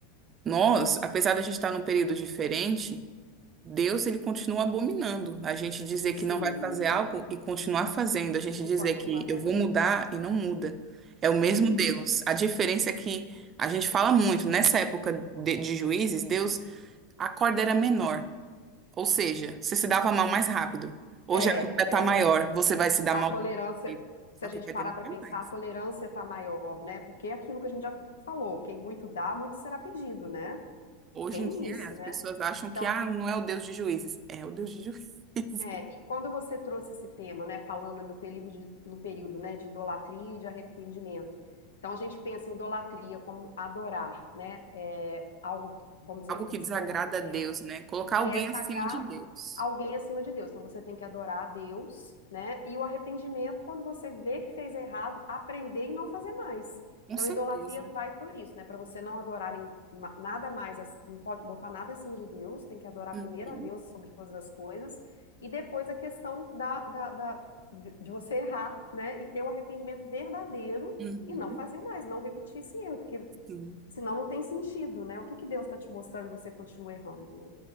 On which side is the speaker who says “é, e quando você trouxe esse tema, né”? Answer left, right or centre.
Left